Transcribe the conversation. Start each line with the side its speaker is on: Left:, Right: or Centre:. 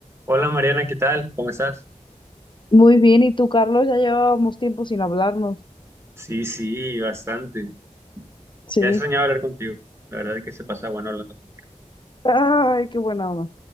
Right: Hola Mariana, ¿qué tal? ¿Cómo estás?
Left: Muy bien, ¿y tú, Carlos? Ya llevábamos tiempo sin hablarnos.
Right: Sí, sí, bastante.
Left: Sí.
Right: Ya extrañaba hablar contigo. La verdad es que se pasa bueno hablando. contigo.
Left: Ay, qué buena onda.